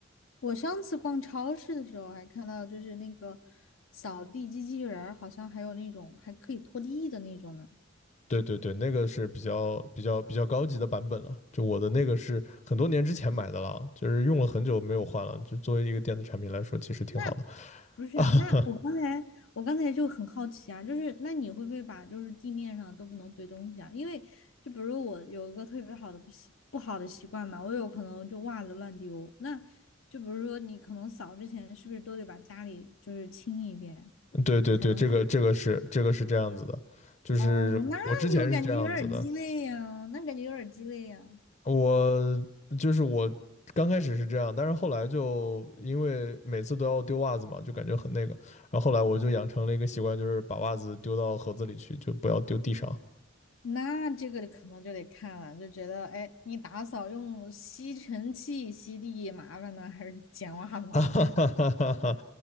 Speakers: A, on the left; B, on the left.
A: 我上次逛超市的时候还看到，就是那个扫地机器人儿，好像还有那种还可以拖地的那种呢。
B: 对对对，那个是比较比较比较高级的版本了。就我的那个是很多年之前买的了，就是用了很久没有换了。就作为一个电子产品来说，其实挺好的。
A: 那不是啊，
B: 啊，
A: 那我刚才我刚才就很好奇啊，就是那你会不会把就是地面上都不能堆东西啊？因为就比如说我有一个特别好的不习不好的习惯嘛，我有可能就袜子乱丢。那就比如说你可能扫之前是不是都得把家里就是清一遍
B: <laughs> 对对对，
A: 才能？
B: 这个这个是这个是这样子的，
A: 扫？
B: 就是我之前是这样子的，
A: 哦，那有感觉有点儿鸡肋呀，那感觉有点儿鸡肋呀。
B: 我就是我刚开始是这样，但是后来就因为每次都要丢袜子嘛，就感觉很那个，然后后来我就养成了一个习惯，就是把袜子丢到盒子里去，就不要丢地上。
A: 那这个可能就得看了，就觉得，哎，你打扫用吸尘器吸地麻烦呢，还是捡袜子麻烦？
B: <laughs> 啊哈哈哈哈哈，